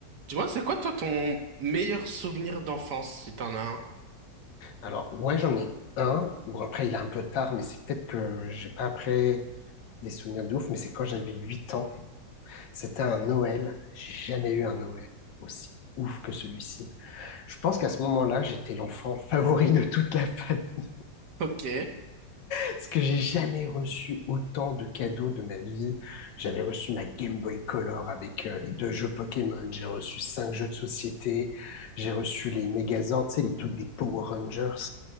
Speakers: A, on the right; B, on the left.
A: Tu vois, c'est quoi toi ton meilleur souvenir d'enfance, si t'en as un?
B: Alors, ouais, j'en ai un. Bon, après, il est un peu tard, mais c'est peut-être que j'ai pas après des souvenirs de ouf, mais c'est quand j'avais 8 ans. C'était un Noël. J'ai jamais eu un Noël aussi ouf que celui-ci. Je pense qu'à ce moment-là, j'étais l'enfant favori de toute la famille.
A: Ok,
B: Parce que j'ai jamais reçu autant de cadeaux de ma vie. J'avais reçu ma Game Boy Color avec euh, les deux jeux Pokémon. J'ai reçu cinq jeux de société. J'ai reçu les Megazords, tu sais, les trucs des Power Rangers.